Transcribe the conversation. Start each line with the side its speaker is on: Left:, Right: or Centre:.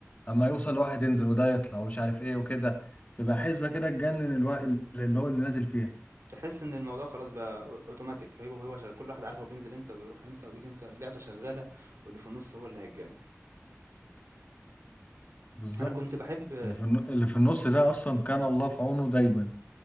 Left: اما يوصل واحد ينزل وده يطلع ومش عارف ايه وكده تبقى حسبة كده تجنن الوقت اللي هو اللي نازل فيها
Right: تحس ان الموضوع خلاص بقى أو- اوتوماتيك هو هو شغال. كل واحد عارف هو بينزل امتى وبيروح امتى وبيجي امتى اللعبه شغاله واللي في النص هو اللي هيتجنن
Left: بالظبط
Right: انا كنت بحب
Left: اللي في الن- اللي في النص ده اصلا كان الله في عونه دايما